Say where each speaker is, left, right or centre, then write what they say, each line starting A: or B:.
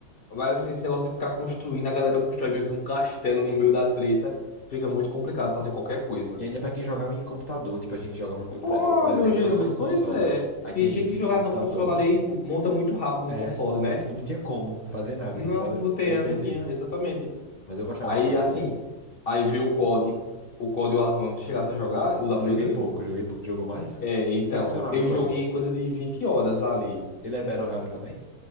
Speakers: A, on the left; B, on the left.
A: mas assim, esse negócio de ficar construindo, a galera constrói meio que um castelo no meio da treta, fica muito complicado fazer qualquer coisa.
B: E ainda pra quem jogava em computador, tipo, a gente jogava, eu,
A: Pô,
B: por- eu, por
A: ah,
B: exemplo,
A: meu Jesus,
B: jogava no
A: pois
B: console.
A: é.
B: Aí
A: Tem
B: tinha
A: gente
B: gente
A: que jogar
B: de computador,
A: no console ali e monta muito rápido no
B: é.
A: console, né?
B: Aí, tipo, não tinha como fazer nada,
A: Não,
B: a gente só,
A: não
B: só
A: tinha,
B: ia perder.
A: não tinha, exatamente.
B: Mas eu gostava
A: Aí,
B: de Fortnite.
A: assim, aí veio o COD, o COD e o Warzone, tu chegasse a jogar, o da
B: Joguei
A: Blizzard.
B: pouco, joguei pouco. Jogou mais?
A: É, então,
B: Como é que funcionava
A: eu
B: o COD?
A: joguei coisa de 20 horas ali.
B: Ele é Battle Royale também?